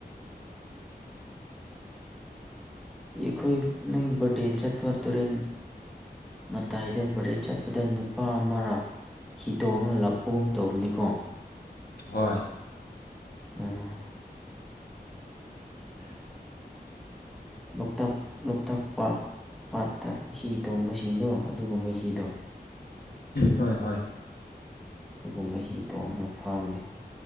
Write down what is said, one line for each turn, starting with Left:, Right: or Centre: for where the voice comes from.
Centre: ꯏꯈꯣꯏ ꯅ ꯦ ꯆ ꯏꯐ ꯇꯨꯔꯦꯟ ꯃꯇꯥꯏꯗ ꯕꯔꯦ ꯆꯠꯄꯗ ꯅꯨꯄꯥ ꯑꯃꯔ ꯍꯤꯇꯣꯡꯅ ꯂꯥꯛꯄꯒꯨꯝ ꯇꯧꯕꯅꯤꯀꯣ
Left: ꯍꯣꯏ
Centre: ꯎꯝ ꯂꯣꯛꯇꯥꯛ ꯂꯣꯛꯇꯥꯛ ꯄꯥ ꯄꯥꯠꯇ ꯍꯤ ꯇꯣꯡꯕꯁꯤꯡꯗꯣ ꯑꯗꯨꯒꯨꯝꯕ ꯍꯤꯗꯣ
Left: ꯍꯣꯏ ꯍꯣꯏ
Centre: ꯑꯗꯨꯒ ꯃꯍꯤ ꯇꯣꯡꯉꯒ ꯐꯥꯕꯅꯤ